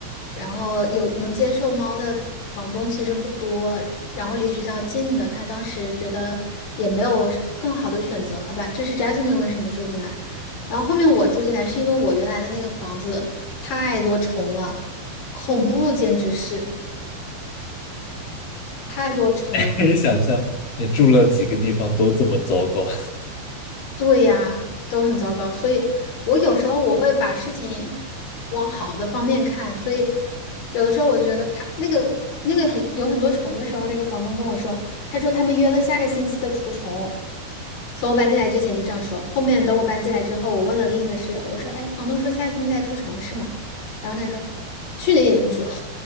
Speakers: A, on the left (about 75°); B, on the left (about 50°).
A: 然后有能接受猫的房东其实不多，然后离学校近的，她当时觉得也没有更好的选择了吧。这是 Jasmine 为什么住进来。然后后面我住进来是因为我原来的那个房子太多虫了，恐怖简直是太多虫了。
B: <laughs> 可以想象，你住了几个地方都这么糟糕，
A: 对呀，都很糟糕，所以我有时候我会把事情往好的方面看，所以有的时候我觉得他那个那个很有很多虫的时候，那个房东跟我说，他说他们约了下个星期的除虫，从我搬进来之前就这样说，后面等我搬进来之后，我问了另一个室友，我说，哎，房东说下星期来除虫是吗？然后他说他去年也这么说，